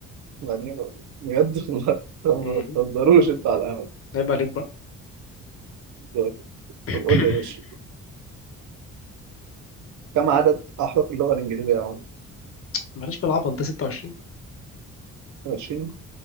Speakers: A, on the right; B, on the left.
A: يعني بجد والله طب ما
B: م-
A: تهزروش أنتوا على
B: عيب عليك بقى
A: القهوة
B: <clears throat>
A: طب قول لي يا باشا كم عدد أحرف اللغة الإنجليزية يا عمر؟
B: بلاش بالعبط ده 26
A: 20